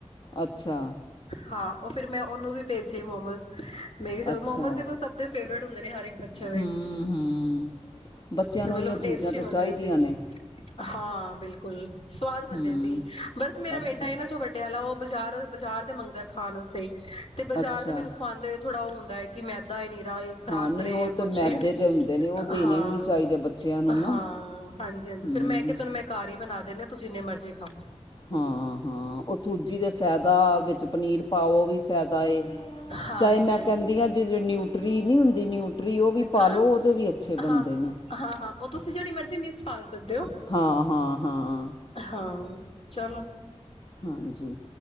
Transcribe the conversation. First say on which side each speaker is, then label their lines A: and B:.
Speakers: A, on the left; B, on the left.
A: ਅੱਛਾ!
B: ਹਾਂ ਉਹ ਫਿਰ ਮੈਂ ਉਹਨੂੰ ਵੀ ਭੇਜੇ ਮੋਮੋਸ ਮੈ
A: ਅੱਛਾ
B: ਮੋਮੋਸ ਦੇਖੋ ਸਭ ਦੇ ਫੇਵਰੇਟ ਹੁੰਦੇ ਨੇ ਹਰ ਇੱਕ ਬੱਚੇ ਦੇ
A: ਹੂੰ ਹੂੰ ਬੱਚਿਆਂ
B: ਤੇ
A: ਨੂੰ
B: ਮਤਲਬ
A: ਇਹੀਓ
B: ਟੇਸਟੀ
A: ਚੀਜ਼ਾਂ ਤਾਂ
B: ਬਣੇ
A: ਚਾਹੀਦੀਆਂ
B: ਸੀ।
A: ਨੇ
B: ਹਾਂ! ਬਿਲਕੁਲ! ਸਵਾਦ ਬਣੇ
A: ਹਮ
B: ਸੀ ਬਸ ਮੇਰਾ
A: ਅੱਛਾ
B: ਬੇਟਾ ਇਹਨਾਂ 'ਚੋਂ ਵੱਡੇ ਵਾਲਾ ਉਹ ਬਾਜ਼ਾਰ -ਬਜ਼ਾਰ ਦੇ ਮੰਗਦਾ ਖਾਣ ਅਸਤੇ ਤੇ ਬਜ਼ਾਰ
A: ਅੱਛਾ
B: ਦੇ ਮੈਨੂੰ ਖਾਵਾਂਦੇ ਹੋਏ ਥੋੜ੍ਹਾ ਉਹ ਹੁੰਦਾ ਏ। ਕਿ ਮੈਦਾ ਏ ਨਿਰਾ ਏ ਖ਼ਰਾਬ
A: ਹਾਂ ਨਹੀਂ
B: ਕਰੇ
A: ਉਹ
B: ਕੁਛ
A: ਤੇ ਮੈਦੇ
B: ਏ
A: ਦੇ ਹੁੰਦੇ ਨੇ ਉਹ ਦੇਣੇ
B: ਹਾਂ।
A: ਵੀ ਨਹੀਂ ਚਾਹੀਦੇ ਬੱਚਿਆਂ ਨੂੰ ਨਾ
B: ਹਾਂ! ਹਾਂਜੀ- ਹਾਂਜੀ
A: ਹਮ
B: ਫਿਰ ਮੈਂ ਕਿਹਾ ਤੈਨੂੰ ਮੈਂ ਘਰ ਹੀ ਬਣਾ ਦਿੰਨੀ ਆ ਤੂੰ ਜਿੰਨੇ ਮਰਜ਼ੀ ਖਾ।
A: ਹੂੰ- ਹੂੰ, ਉਹ ਸੂਜੀ ਦੇ ਫਾਇਦਾ ਵਿੱਚ ਪਨੀਰ ਪਾਓ ਵੀ ਫਾਇਦਾ ਏ।
B: ਹਾਂਜੀ
A: ਚਾਹੇ ਮੈਂ
B: ਹਾਂਜੀ
A: ਕਹਿੰਦੀ ਆ ਜਿ ਨਿਊਟਰੀ ਨਹੀਂ ਹੁੰਦੀ ਨਿਊਟਰੀ ਉਹ ਵੀ ਪਾਲੋ
B: ਹਾਂ
A: ਉਹਦੇ ਵੀ ਅੱਛੇ ਬਣਦੇ
B: ਹਾਂ
A: ਨੇ।
B: ਹਾਂ- ਹਾਂ, ਉਹ ਤੁਸੀਂ ਜਿਹੜੀ ਮਰਜ਼ੀ ਮਿਸ ਪਾ ਸਕਦੇ ਹੋ।
A: ਹਾਂ ਹਾਂ ਹਾਂ
B: ਹਾਂ, ਚਲੋ।
A: ਹਾਂਜੀ!